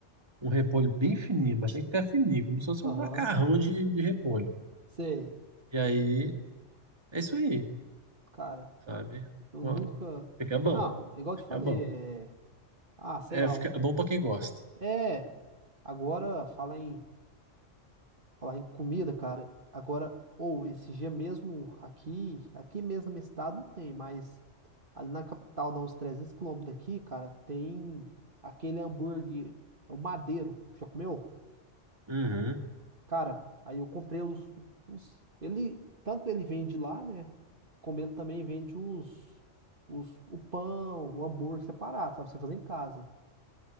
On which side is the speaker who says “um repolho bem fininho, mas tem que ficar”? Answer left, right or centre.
Right